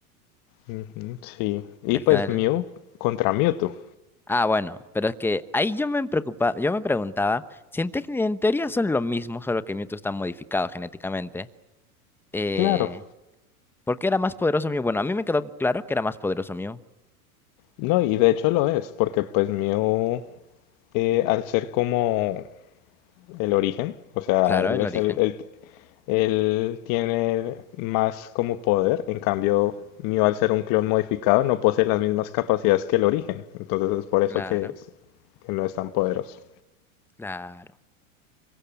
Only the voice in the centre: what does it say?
Y al
final
Ah, bueno, pero es que ahí yo me preocupaba, yo me preguntaba si en, tec- en teoría son lo mismo, solo que Mewtwo está modificado genéticamente. Eh,
¿por qué era más poderoso Mew? Bueno, a mí me quedó claro que era más poderoso Mew.
Claro,
el
origen.
Claro,
claro.